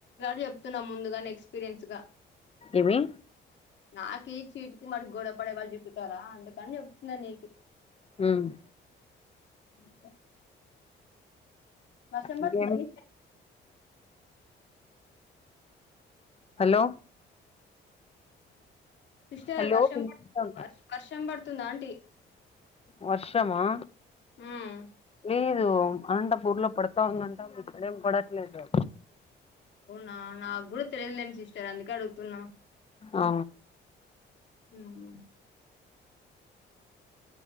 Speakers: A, on the left; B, on the left.
A: <inaudible> చెప్తున్న ముందుగాని ఎక్స్పీరియన్స్ గా
B: ఏమి
A: నాకి చీటికి మటికి గొడవ పడే వాళ్ళు చీకుతారా అందుకని చెప్తున్న నీకి
B: హ్మ్
A: అకా వర్షం పడుతుందా
B: ఇంకేమి
A: మీకీ
B: హలో
A: సిస్టర్
B: హలో
A: వర్షం
B: వినిపిస్తా
A: పడుతుంది వర్షం పడు తుంద ఆంటీ
B: వర్షమా
A: హ్మ్
B: లేదు అనంతపూర్ లో పడతా ఉందంటా ఇక్కడేం పడట్లేదు
A: అవునా నా కూడా తెలియదలేే సీస్ తనందు <unintelligible> అడుగుతున్నా
B: ఆ
A: హ్మ్